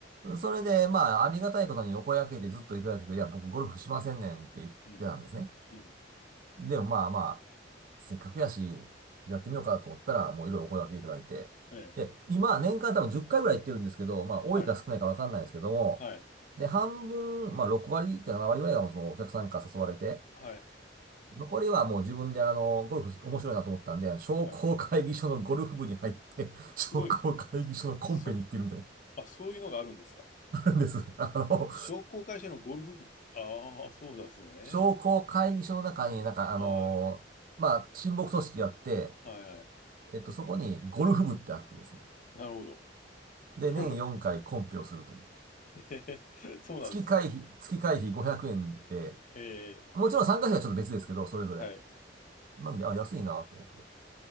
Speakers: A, on the right; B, on the left.
A: それで、まあ、ありがたいことにお声掛けでずっといただいてたけどいや、僕ゴルフしませんねんって言ってたんですね。
B: うん、うん、
A: でもまあまあ、せっかくやし、やってみようかと思ったら、もういろいろお声掛けいただいて。
B: ええ、
A: で、今、年間多分10回ぐらい行ってるんですけど、まあ、多いか少ないかわかんないですけども、
B: はい、はい、
A: で、半分、まあ、6割か7割ぐらいがそのお客さんから誘われて、
B: はい、
A: 残りはもう自分であの、ゴルフ面白いなと思ったんで、商工会議所のゴルフ部に入って、
B: はい。
A: <laughs> 商工会議所のコンペに行ってるみたいな、
B: すごいです。そ、そあ、そういうのがあるんですか。
A: あるんです。あの、
B: 商工会社のゴルフ部、ああ、そうですね。
A: 商工会議所の中になんかあの、
B: はい、
A: まあ、親睦組織があって、
B: はい、はい。
A: えっと、そこにゴルフ部ってあってですね。
B: なるほど。
A: で、
B: <laughs>
A: 年4回コンペをするという。
B: ええそうなんですか。
A: 月会費、月会費500円で、
B: ええ、
A: もちろん参加費はちょっと別ですけど、それぞれ。
B: はい。
A: なんで、あ、安いなと思って。